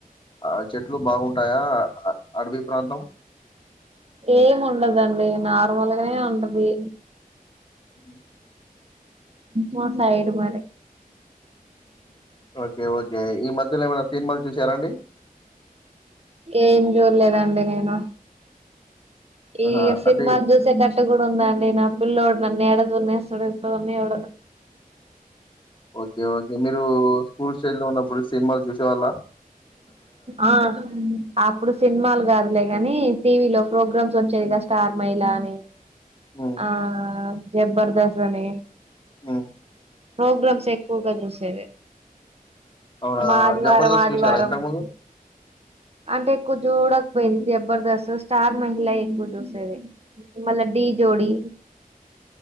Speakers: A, on the left; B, on the right.
A: ఆ చెట్లు బాగుంటాయా అడవిీ ప్రాంతం
B: ఏం ఉండదండి నార్మల్గానే ఉంటది
A: అ
B: మా సైడ్ మరి <inaudible>
A: ఓకే. ఓకే. ఈ మధ్యలో ఏమైనా సినిమాలు చూసారాండి?
B: ఏం చూడలేదాండి నేను ఈ
A: ఆహా!
B: సినిమాలు
A: అంటే
B: చూసేటట్టు కూడా ఉందండి న ఫుల్ లోడ్ నన్ను ఏడ సుడనిస్తాడు సుడనియ్యాడు
A: ఓకే ఓకే మీరు స్కూల్ స్టేజ్ లో ఉన్నప్పుడు సినిమాలు చూసే వాళ్ళ
B: ఆ అప్పుడు సినిమాలు కాదులే కాని టీవీలో ప్రోగ్రామ్స్ వచ్చేదిగా స్టార్ మా ఇలా అని
A: హ్మ్.
B: ఆ జబర్దస్త్ అని
A: ఆ
B: ప్రోగ్రామ్స్ ఎక్కువగా చూసేవి
A: అవునా!
B: మా ఆదివారం
A: 'జబర్దస్త్'
B: ఆదివారం
A: చూసారా ఇంతకుముందు?
B: అంటే ఏక్కో చూడ పోయింది జబర్దస్త్ స్టార్ మహిళ ఎక్కువ చూసేది మళ్ళ డి డి